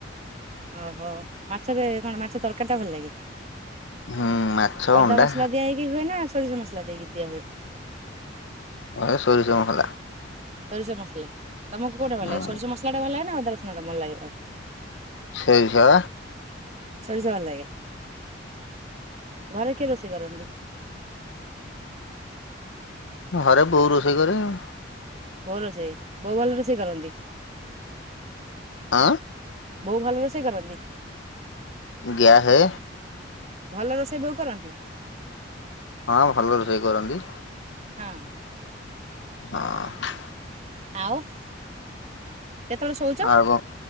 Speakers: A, on the right; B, on the left.
A: ଓହୋ ମାଛରେ କଣ ମାଛ ତରକାରୀ ଟା ଭଲ ଲାଗେ?
B: ହୁଁ ମାଛ
A: ଅଦା
B: ଅଣ୍ଡା
A: ମସଲା ଦିଆ ହେଇକି ହୁଏ ନା ସୋରିଷ ମସଲା ଦେଇକି ଦିଆ ହୁଏ?
B: ଏ ସରିଷ ମସଲା।
A: ସୋରିଷ ମସଲା ତମକୁ କୋଉଟେ ଭଲ
B: ହୁଁ
A: ଲାଗେ ସୋରିଷ ମସଲା ଟା ଭଲ ଲାଗେ ନା ଆଦ ରସଣ ଟା ଭଲ ଲାଗିବ?
B: ସୋରିଷ ବା।
A: ସରିଷ ଭଲ ଲାଗେ ଘରେ କିଏ ରୋଷେଇ କରନ୍ତି?
B: ଘରେ ବୋଉ ରୋଷେଇ କରେ ଆଉ।
A: ବୋଉ ରୋଷେଇ ବୋଉ ଭଲ ରୋଷେଇ କରନ୍ତି?
B: ଆ
A: ବୋଉ ଭଲ ରୋଷେଇ କରନ୍ତି?
B: ଗ୍ୟାସ ରେ।
A: ଭଲ ରୋଷେଇ ବୋଉ କରନ୍ତି?
B: ହଁ, ଭଲ ରୋଷେଇ କରନ୍ତି।
A: ହଁ।
B: ହଁ।
A: ଆଉ କେତେବେଳେ ଶୋଉଛ?
B: ଆଉ କଣ